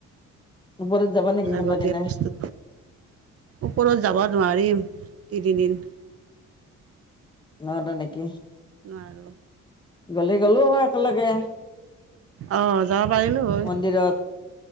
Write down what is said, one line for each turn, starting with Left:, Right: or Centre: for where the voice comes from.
Left: ওপৰত যাবা নেকি
Right: লাগতিয়াল
Left: কোনোবা দিনা
Right: বস্তু, ওপৰত যাব নোৱাৰিম তিনিদিন।
Left: ন'দ নেকি?
Right: নোৱাৰোঁ।
Left: গ'লে গ'লো হয় একেলগে।
Right: অ' যাব পাৰিলো হয়।
Left: মন্দিৰত